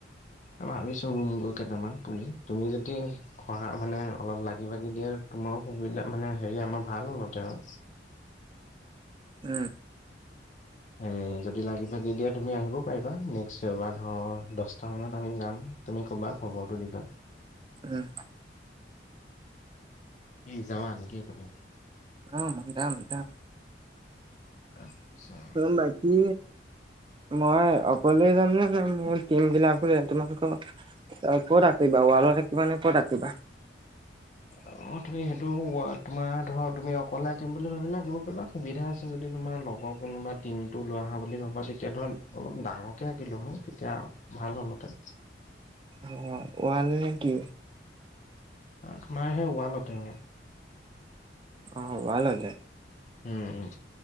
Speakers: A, on the left; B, on the right.
A: এ ভাবিছো ৰুম গৈ কেইটামান পুলি তুমি যদি ঘহা মানে অলপ লাগি ভাগি দিয়াৰ তোমাৰো সুবিধা মানে হেৰি আমাৰ ভাল হব তেওঁ
B: উম,
A: এই যদি লাগি ভাগি দিয়া তুমি আহিব পাৰিবা। নেক্সট দেওবাৰ ধৰ দচটামানত আমি যাম। তুমি ক'বা খবৰটো দিবা।
B: উম,
A: কি যাবা নেকি তুমি?
B: অ, যাম দাম
A: আচ্ছা।
B: বাকি? মই অকলে যাম নে তুমি মোৰ টিম বিলাকো <unintelligible> অ, ক'ত আঁকিবা ৱালত থাকিবা নে ক'ত আঁকিবা?
A: অ, তুমি সেইটো তোমাৰ ধৰ তুমি অকলে আঁকিম বুলি ভাবিলে আঁকিব পাৰিবা। সুবিধা আছে যদি তোমাৰ লগৰ কোনোবা টিমটো লৈ আহা বুলি ভ'বা তেতিয়া ধৰ অলপ ডাঙৰকে আঁকিলোঁ হয়। তেতিয়া ভাল হ'লহতে।
B: অ, ৱাল নেকি?
A: আ, তোমাৰহে ৱালতে?
B: অ, ৱালতে?
A: উম, উ,